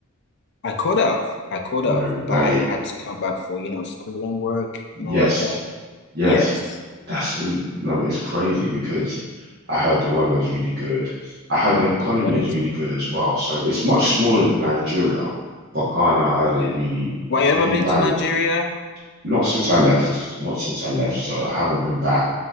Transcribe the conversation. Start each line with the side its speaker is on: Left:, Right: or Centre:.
Left: I could have, I could
Right: No
Left: have,
Right: way.
Left: but I had to come back for, you know, school and work and
Right: Yes.
Left: all of that.
Right: Yes.
Left: Yes.
Right: That's in no, it's crazy because I heard the weather is really good. I heard the economy
Left: So what is,
Right: is really good as well. So it's much smaller than Nigeria, but Ghana I heard is
Left: yeah.
Right: really
Left: Why
Right: is
Left: you ever
Right: really
Left: been
Right: vibing.
Left: to Nigeria?
Right: Not since I left, not since I left. So I haven't been back